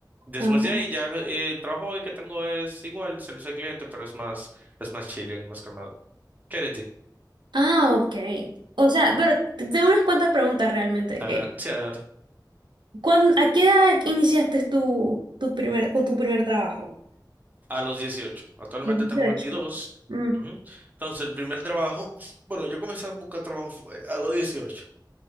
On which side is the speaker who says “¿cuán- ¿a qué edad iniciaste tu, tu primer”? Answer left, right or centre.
Right